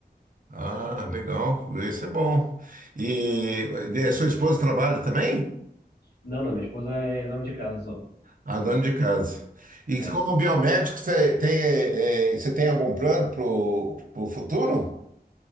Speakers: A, on the right (about 55°); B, on the left (about 75°).
A: Ah, legal. Isso é bom. E, e a sua esposa trabalha também?
B: Não, não, minha esposa é dona de casa só.
A: Ah, dona de casa. E
B: É.
A: como biomédico, você tem, eh, você tem algum plano para o futuro?